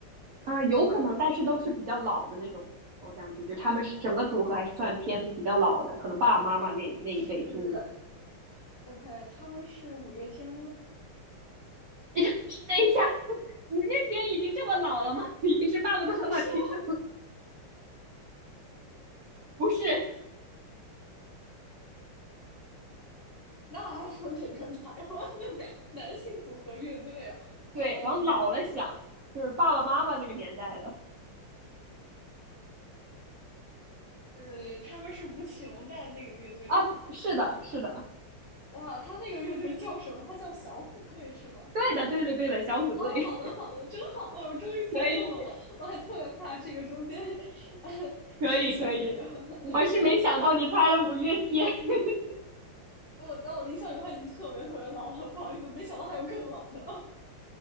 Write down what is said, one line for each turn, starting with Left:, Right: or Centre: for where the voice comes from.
Right: 啊、呃有可能，但是都是比较老的那种。偶像剧，就是他们是整个组合还是算偏比较老的，可能爸爸妈妈那那一辈听的。
Left: 是，OK，他们是五月天吗？
Right: <laughs> 等一下，五月天已经这么老了吗？<laughs> 已经是爸爸妈妈听的吗
Left: 不是吗
Right: 不是，
Left: 那还有哪个台湾的 <laughs> 男性组合乐队啊？
Right: 对，
Left: 嗯，
Right: 往老了想，就是爸爸妈妈那个年代的
Left: 呃，他们是吴奇隆在的那个乐队吗？
Right: 啊。是的，是的，
Left: 哇，他那个乐队叫什么？他叫小虎队是吗？
Right: 对的，对的，对的，小虎队，
Left: 哦，好的好的，真好！哦，我终于猜中了，
Right: <laughs> 可以，
Left: 我还特别怕这个中间 <laughs> 呃
Right: 可以，
Left: 失去了这个。
Right: 可以。我是没想到你猜了五月天，
Left: <laughs>
Right: <laughs>
Left: 我在我的印象里，他已经特别特别老了，不好意思，没想到还有更老的。